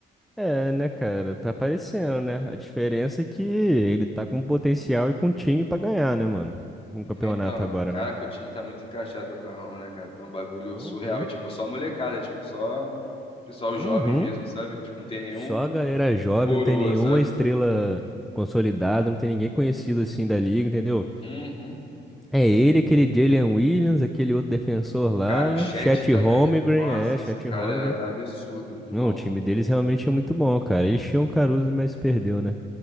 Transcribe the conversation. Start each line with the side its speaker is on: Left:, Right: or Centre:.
Centre: É, né, cara? Tá aparecendo, né? A diferença é que ele tá com potencial e com time pra ganhar, né, mano? Um campeonato
Left: É, então,
Centre: agora,
Left: cara,
Centre: né?
Left: que o time tá muito encaixado do Oklahoma, né, cara? Tá um bagulho
Centre: Uhum.
Left: surreal. E, tipo, só molecada, é, tipo, só pessoal
Centre: Uhum.
Left: jovem mesmo, Uhum, sabe? Tipo, não tem nenhum
Centre: Só a galera jovem,
Left: coroa,
Centre: não tem nenhuma
Left: sabe?
Centre: estrela consolidada, não tem ninguém conhecido assim da liga, entendeu?
Left: uhum. Uhum.
Centre: É ele, aquele Jalen Williams, aquele outro defensor lá,
Left: Cara, o Caraca,
Centre: Chet
Left: também.
Centre: Holmgren,
Left: Nossa,
Centre: é, Chet
Left: esse cara
Centre: Holmgren.
Left: é absurdo de
Centre: Não,
Left: bom.
Centre: o time deles realmente é muito bom, cara. Eles tinham o Caruso, mas perdeu, né?